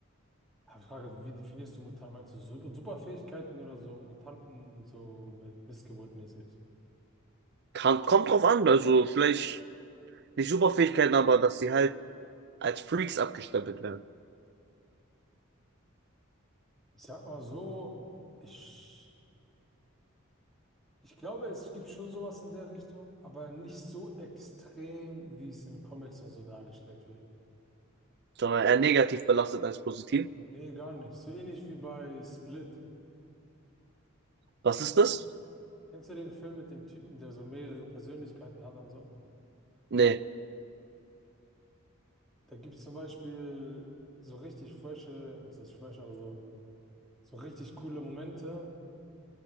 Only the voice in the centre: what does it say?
Ja, Ich frage, wie definierst du Mutanten? Meinst du Super Superfähigkeiten oder so Mutanten so mit Missgeburt mäßig?
Ich sag mal so, ich, ich glaube, es gibt schon sowas in der Richtung, aber nicht so extrem, wie es in Comics und so dargestellt wird.
Nee, gar nicht. So ähnlich wie bei Split.
Kennst,
kennst du den Film mit dem Typen, der so mehrere Persönlichkeiten hat und so?
Da gibt es zum Beispiel so richtig frische, was heißt fresh, aber so, so richtig coole Momente,